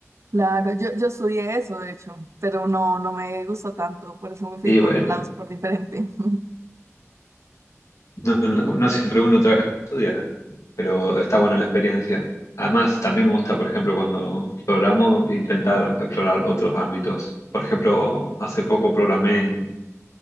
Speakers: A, on the right (about 60°); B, on the left (about 75°).
A: Claro, yo, yo estudié eso, de hecho, pero no, no me gustó tanto, por eso me fui
B: Y
A: por
B: bueno,
A: un lado súper diferente. <laughs>
B: no, no- no siempre uno trabaja y estudia, pero está buena la experiencia. Además, también me gusta, por ejemplo, cuando programo, intentar explorar otros ámbitos. Por ejemplo, hace poco programé